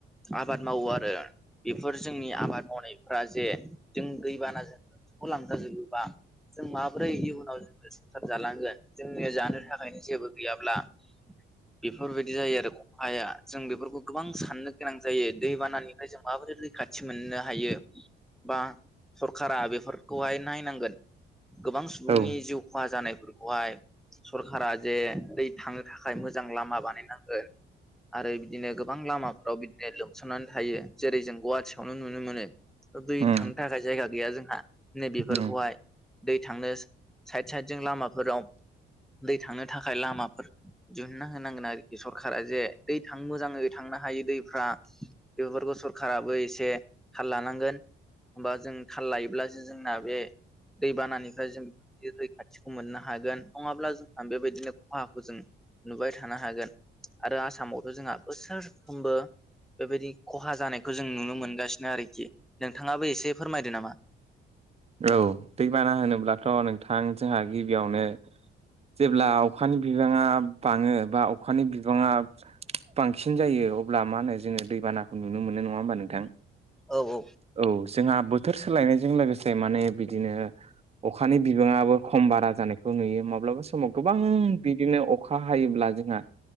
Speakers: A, in the centre; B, on the right.
A: आबाद मावो आरो बेफोर जोंनि आबाद मावनायफ्रा जे जों दैबाना जों खौ लांजाजोबोबा, जों माबोरै इयुनाव संसार जालांगोन जोंनिया जानो थाखायनो जेबो गैयाब्ला बेफोरबायदि जायो आरो खहाया, जों बेफोरखौ गोबां साननो गोनां जायो दैबानानिफ्राय जों माबोरै रैखाथि मोननो हायो। बा सरखारा बेफोरखौहाय नायनांगोन। गोबां सुबुंनि
B: औ
A: जिउ खहा जानायफोरखौहाय सरखारा जे दै थांनो थाखाय मोजां लामा बानायनांगोन आरो बिदिनो गोबां लामाफोराव बिदिनो लोमसावनानै थायो जेरै जों गुवाहाटियावनो नुनो मोनो। दै
B: उम
A: थांनो थाखाय जायगा गैया जोंहा। नै बेफोरखौहाय,
B: उम
A: दै थांनो साइद साइद जों लामाफोराव दै थांनो थाखाय लामाफोर दिहुनना होनांगोन आरोखि सरखारा जे दै थां मोजाङै थांनो हायो दैफ्रा बेफोरखौ सरखाराबो एसे थाल लानांगोन। होमबा जों थाल लायोब्ला जोंना बे दैबानानिफ्राय जों रैखाथिखौ मोननो हागोन, नङाब्ला जोंहा बेबायदिनो खहाखौ जों नुबाय थानो हागोन आरो आसामावथ' जोंहा बोसोरफ्रोमबो बेबायदि खहा जानायखौ जों नुनो मोनगासिनो आरोखि, नोंथाङाबो एसे फोरमायदो नामा?
B: औ दैबाना होनोब्लाथ' नोंथां जोंहा गिबियावनो जेब्ला अखानि बिबाङा बाङो बा अखानि बिबाङा बांसिन जायो अब्ला मा होनो जोङो दैबानाखौ नुनो मोनो नङा होमबा नोंथां।
A: औ औ।
B: औ जोंहा बोथोर सोलायनायजों लोगोसे माने बिदिनो अखानि बिबाङाबो खम बारा जानायखौ नुयो। माब्लाबा समाव गोबां बिदिनो अखा हायोब्ला जोंहा